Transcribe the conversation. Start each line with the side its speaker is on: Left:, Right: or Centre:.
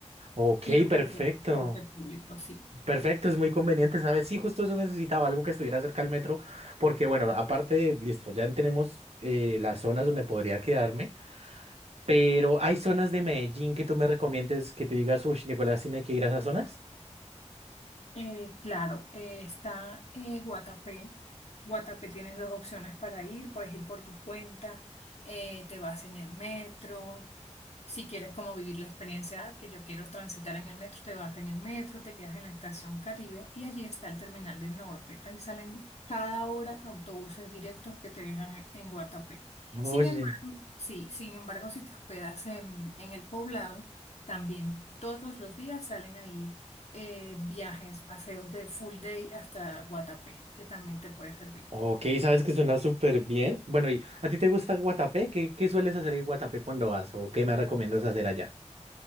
Right: Ok,
Left: y a cualquier
Right: perfecto.
Left: transporte público, sí.
Right: Perfecto, es muy conveniente, ¿sabes? Sí, justo eso necesitaba, algo que estuviera cerca al metro, porque bueno, aparte, listo, ya tenemos eh, las zonas donde podría quedarme. Pero hay zonas de Medellín que tú me recomiendes que tú digas, uy, Nicolás tiene que ir a esas zonas.
Left: Eh, claro, eh, está eh, Guatapé. Guatapé tienes dos opciones para ir. Puedes ir por tu cuenta, eh, te vas en el metro. Si quieres como vivir la experiencia que yo quiero transitar en el metro, te vas en el metro, te quedas en la estación Caribe y allí está el terminal del norte. Ahí salen cada hora autobuses directos que te dejan en Guatapé.
Right: Oye,
Left: Sin embargo, sí, sin embargo, si te hospedas en, en el poblado, también todos los días salen ahí eh, viajes, paseos de full day hasta Guatapé, que también te puede servir.
Right: Ok, sabes que suena súper bien. Bueno, ¿y a ti te gusta Guatapé? ¿Qué, qué sueles hacer en Guatapé cuando vas? ¿O qué me recomiendas hacer allá?